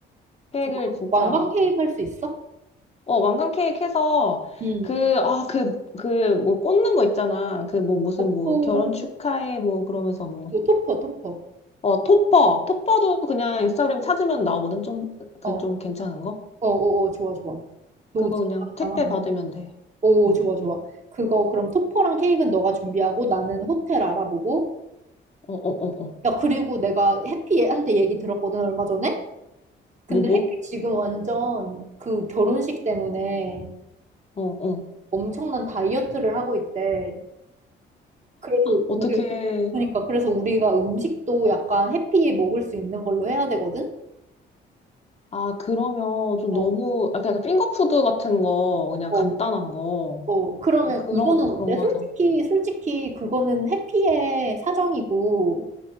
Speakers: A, on the left (about 30°); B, on the right (about 35°).
A: 케이크를
B: 그거
A: 진짜,
B: 왕관 케이크 할 수 있어?
A: 어, 왕관 케이크 해서,
B: 응.
A: 그,
B: 음.
A: 아, 그, 그, 뭐, 꽂는 거 있잖아. 그, 뭐, 무슨,
B: 어,
A: 뭐,
B: 오,
A: 결혼 축하해, 뭐, 그러면서 뭐.
B: 오, 토퍼, 토퍼.
A: 어, 톱버. 톱버도 그냥 인스타그램 찾으면 나오거든. 좀, 그,
B: 어,
A: 좀
B: 어,
A: 괜찮은 거?
B: 어, 어, 좋아, 좋아. 너
A: 그거
B: 진짜
A: 그냥 택배
B: 잘하네.
A: 받으면 돼.
B: 오,
A: 어,
B: 좋아, 좋아. 그거, 그럼 토퍼랑 케이크는 너가 준비하고 나는 호텔 알아보고.
A: 어, 어, 어, 어.
B: 야, 그리고 내가 해피한테 얘기 들었거든, 얼마 전에? 근데
A: 뭐, 뭐?
B: 해피 지금 완전 그 결혼식 때문에
A: 어, 어.
B: 엄청난 다이어트를 하고 있대. 그래서
A: 어떻게,
B: 우리, 그러니까, 그래서 우리가 음식도 약간 해피 먹을 수 있는 걸로 해야 되거든?
A: 아, 그러면 좀
B: 어,
A: 너무, 약간 약간 핑거푸드 같은 거, 그냥
B: 어.
A: 간단한 거.
B: 어, 그러면
A: 그런,
B: 이거는 어때?
A: 그런 거
B: 솔직히,
A: 하자.
B: 솔직히 그거는 해피의 사정이고,